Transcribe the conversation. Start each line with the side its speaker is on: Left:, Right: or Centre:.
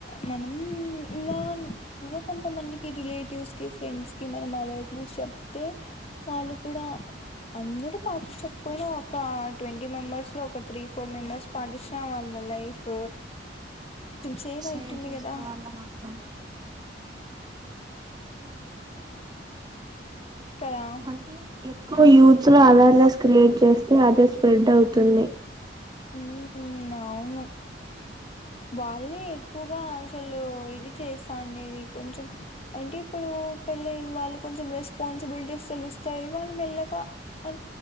Left: మనం ఇంగా ఇంకా కొంతమందికి రిలేట్ టివ్స్ కి ప్రెండ్ కి మనం అవేర్నెస్ చె చెప్తే వాళ్ళు కూడా అందరూ పాటించకపోయినా ఒక ట్వెంటీ ట్వంటీ మెంబర్స్ లో ఒక త్రీ ఫోర్ మెంబర్స్ పాటించిన వాళ్ళ లైఫ్ కొంచెం సేవ్
Right: షేర్
Left: అయితుంది
Right: చేసిన
Left: కదా
Right: వాళ్ళ మొత్తం
Left: కదా
Right: అంటే ఎక్కువ యూత్ లో అవేర్నెస్ క్రియేట్ చేస్తే అదే స్ప్రెడ్ అవుతుంది
Left: ఉమ్ అవును వాళ్ళే ఎక్కువగా అసలు ఇది చేస్తా అండేది కొంచెం అంటే ఇప్పుడు పెళ్ళైన వాళ్ళు కొంచెం రెస్పాన్సిబిలిటీస్ తెలుస్తాయి వాళ్ళు మెల్లగా అ